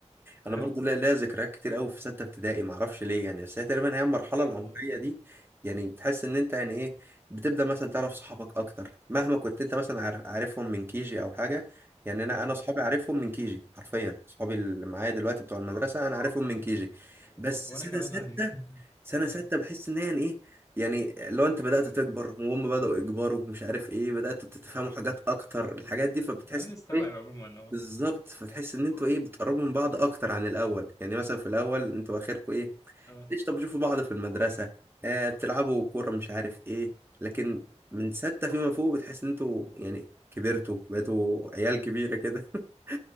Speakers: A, on the left; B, on the right.
A: <laughs>
B: انا
A: فاهم
B: برضو ليا ليا ذكريات كتير قوي في سته ابتدائي ما اعرفش ليه يعني بس هي تقريبا هي المرحله العمريه
A: اه
B: دي يعني بتحس ان انت يعني ايه بتبدا مثلا تعرف صحابك اكتر مهما كنت انت مثلا عار- عارفهم من كيجي او حاجه يعني انا انا
A: آه.
B: صحابي عارفهم من كيجي حرفيا صحابي اللي معايا دلوقتي بتوع المدرسه انا عارفهم من كيجي
A: و-
B: بس سنه
A: وانا كمان
B: سته
A: على فكره <laughs>
B: سنه
A: اه
B: سته بحس ان هي يعني ايه يعني لو انت بدات تكبر وهم بداوا يكبروا مش عارف ايه بدات تتفهموا حاجات اكتر الحاجات دي فبتحس
A: بدأنا نستوعب عموما اه
B: بالظبط فتحس ان انتوا ايه بتقربوا من بعض اكتر عن الاول يعني مثلا في الاول انتوا اخركم ايه
A: اه
B: ايش طب بتشوفوا بعض في المدرسه آه بتلعبوا كوره مش عارف ايه لكن من سته فيما فوق بتحس ان انتوا يعني كبرتوا بقيتوا عيال كبيره كده <laughs>